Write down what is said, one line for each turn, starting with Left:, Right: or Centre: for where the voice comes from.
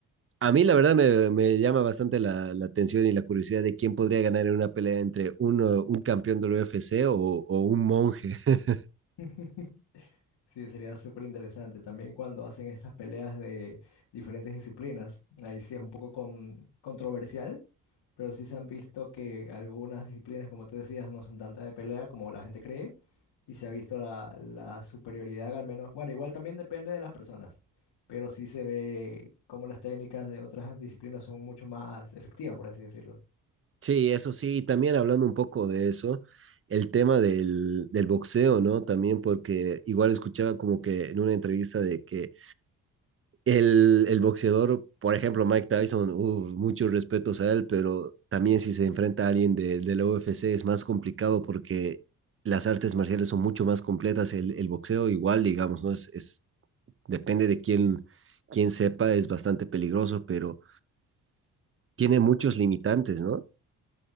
Right: a mí la verdad me, me llama bastante la, la atención y la curiosidad de quién podría ganar en una pelea entre uno, un campeón del UFC o, o un monje. <laughs>
Left: <laughs> Sí, sería súper interesante también cuando hacen estas peleas de diferentes disciplinas. Ahí sí es un poco con- controversial, pero sí se han visto que algunas disciplinas, como tú decías, no son tanta de pelea como la gente cree. y se ha visto la, la superioridad, al menos. Bueno, igual también depende de las personas, pero sí se ve cómo las técnicas de otras disciplinas son mucho más efectivas, por así decirlo.
Right: Sí, eso sí, y también hablando un poco de eso, el tema del, del boxeo, ¿no? También porque igual escuchaba como que en una entrevista de que El, el boxeador, por ejemplo, Mike Tyson, uf, muchos respetos a él, pero también si se enfrenta a alguien de, de la UFC es más complicado porque las artes marciales son mucho más completas. El, el boxeo igual, digamos, ¿no? Es, es, depende de quién, quién sepa, es bastante peligroso, pero tiene muchos limitantes, ¿no?